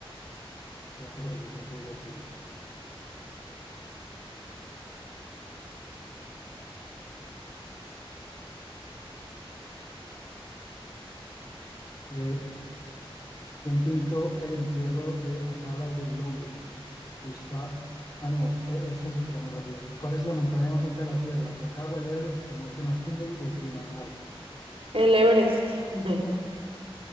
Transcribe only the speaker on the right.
El Everest. <laughs>